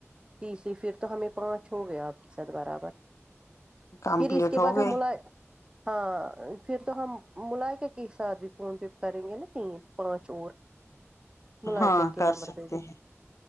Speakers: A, on the right; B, on the left.
A: تیسری پھر تو ہمیں پانچ ہو گیا آپ کے ساتھ برابر
B: کمپلیٹ
A: پھر اس کے
B: ہو
A: بعد
B: گئی
A: ہم ملائے ہاں پھر تو ہم ملائکہ کے ساتھ بھی فون پے کریں گے نا تین پانچ اور ملائکہ
B: ہاں
A: کے
B: کر
A: نمبر
B: سکتے
A: پہ بھی
B: ہیں